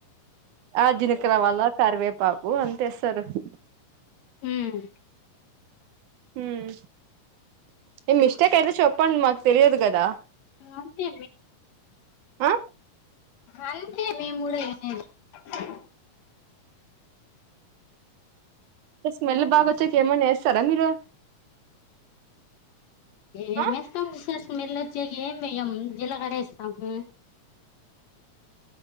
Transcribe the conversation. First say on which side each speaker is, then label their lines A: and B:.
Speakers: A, on the right; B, on the left.
A: ఆ జిలక రవాల కరివేపాకు ఆంత ఏస్తరు? <inaudible>
B: హ్మ్
A: హ్మ్ నీ మిస్టేక్ ఏదో చె ప్పండి మాకు తెలియదు కదా!
B: అంతే
A: ఆ
B: అంతేమే <unintelligible>
A: స్మెల్ బాగ వచ్చేకి ఏమన్న ఏస్తర మీరు?
B: ఏమేస్తం
A: ఆ
B: <unintelligible> స్మెల్ వచ్చేకీ ఏం వెయ్యం, జీలకర ఏస్తము